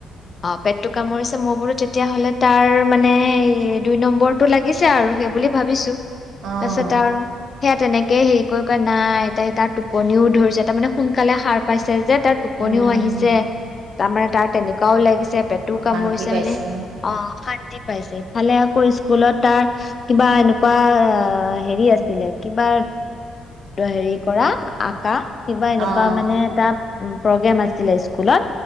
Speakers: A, on the left (about 40°); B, on the right (about 75°).
A: অ পেটটো কামুৰিছে মই বোলো তেতিয়া হলে তাৰ মানে এই দুই নম্বৰটো লাগিছে আৰু সেইবুলি ভাবিছো।
B: অ',
A: তাৰপাছতে আৰু সেয়া তেনেকে হেৰি কৰি কৰি নাই এ তাৰ টোপনিও ধৰিছে তাৰমানে সোনকালে সাৰ পাইছে যে তাৰ টোপনিও
B: উম,
A: আহিছে তাৰ মানে তাৰ তেনেকোৱাও লাগিছে। পেটো
B: অশান্তি
A: কামুৰিছে
B: পাইছে
A: মানে অ অশান্তি পাইছে ইফালে আকৌ স্কুলত তাৰ কিবা এনেকুৱা হেৰি আছিলে কিবা হেৰি কৰা আকা কিবা এনেকুৱা
B: অ',
A: মানে তাত উ প্ৰগ্ৰেম আছিলে। স্কুলত